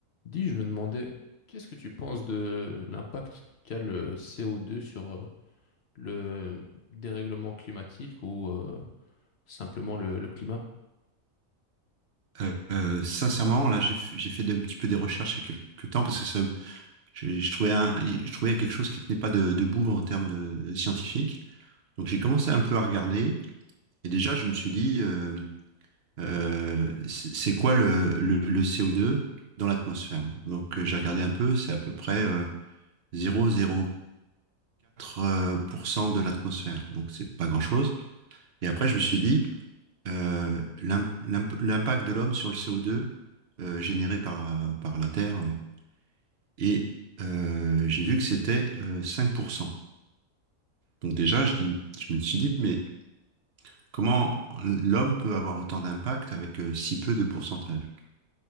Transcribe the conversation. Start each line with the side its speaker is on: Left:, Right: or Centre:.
Left: Dis, je me demandais, qu'est-ce que tu penses de l'impact qu'a le CO2 sur euh, le dérèglement climatique ou euh, simplement le, le climat?
Right: Euh, euh, sincèrement, là, j'ai f- j'ai fait un petit peu des recherches il y a quelques temps parce que ça, je, je trouvais un- je trouvais quelque chose qui tenait pas de, debout en termes de, scientifique. Donc j'ai commencé un peu à regarder et déjà je me suis dit, euh, euh, c'est c'est quoi le, le, le CO2 dans l'atmosphère? Donc euh, j'ai regardé un peu, c'est à peu près euh, 0,04% euh, pour cent de l'atmosphère, donc c'est pas grand-chose. Et après je me suis dit, euh, l'im- l'imp- l'impact de l'homme sur le CO2 euh, généré par, par la Terre. oui. Et euh, j'ai vu que c'était euh, 5%. Donc déjà, je dis, je me suis dit, mais comment l'homme peut avoir autant d'impact avec euh, si peu de pourcentage?